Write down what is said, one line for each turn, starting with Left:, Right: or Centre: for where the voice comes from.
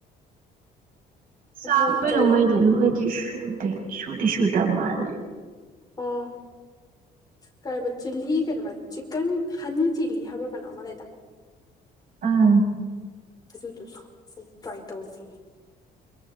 Right: <inaudible> ꯁꯨꯗꯦ
Left: ꯃꯣꯏꯒꯤ ꯀꯔꯤꯕ
Right: ꯁꯨꯗꯤ ꯁꯨ ꯊꯝ ꯃꯥꯅꯦ
Left: ꯑꯣꯥ ꯀꯔꯤꯕ ꯆꯤꯂꯤ ꯀꯩꯅꯣ ꯆꯤꯛꯀꯟ ꯍꯅꯤ ꯆꯤꯂꯤ ꯍꯥꯏꯕ꯭ꯔꯣ ꯀꯩꯅꯣ ꯑꯃ ꯂꯩꯇꯥꯏ
Right: ꯑꯥ
Left: ꯑꯗꯨꯗꯨꯁꯨ ꯑꯩ ꯇ꯭ꯔꯥꯏ ꯇꯧꯅꯤꯡꯉ